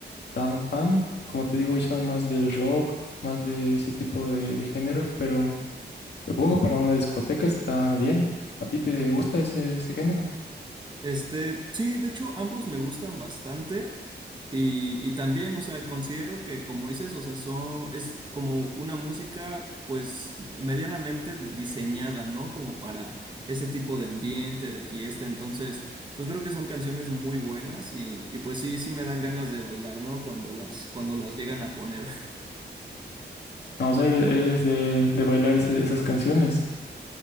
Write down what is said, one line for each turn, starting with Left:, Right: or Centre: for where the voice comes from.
Left: tan fan, como te digo, yo soy más del rock, más de ese tipo de, de géneros, pero supongo para una discoteca está bien. ¿A ti te gusta ese, ese género?
Right: Este, sí, de hecho, ambos me gustan bastante. Y, y también, o sea, considero que, como dices, o sea, son, es como una música, pues, medianamente di- diseñada, ¿no? Como para ese tipo de ambiente, de fiesta. Entonces, pues creo que son canciones muy buenas y, y pues sí, sí me dan ganas de bailar, ¿no? Cuando las, cuando las llegan a poner. <laughs>
Left: Ah, O sea, eres eres de, de bailar ese- esas canciones.